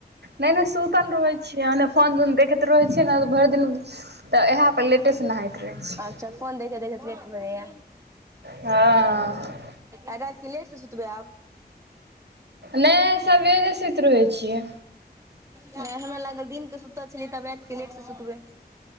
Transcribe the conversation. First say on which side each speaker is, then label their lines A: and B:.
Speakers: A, on the right (about 80°); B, on the right (about 15°).
A: नै -नै सुतल रहैत छियै, फोन- उून देखैत रहै छियै ने तऽ भरि दिन तऽ इएह पर लेटे से नहाइत रहै छियै।
B: अच्छा फोन देखैत- देखैत लेट भऽ जाइया।
A: हँ
B: आ राइत के लेटसँ सुतबै आब।
A: नै सवेरे सुइत रहै छियै।
B: नै हमरा लागल दिनके के सुतल छलियै, तऽ आब राइत के लेट से सुतबै।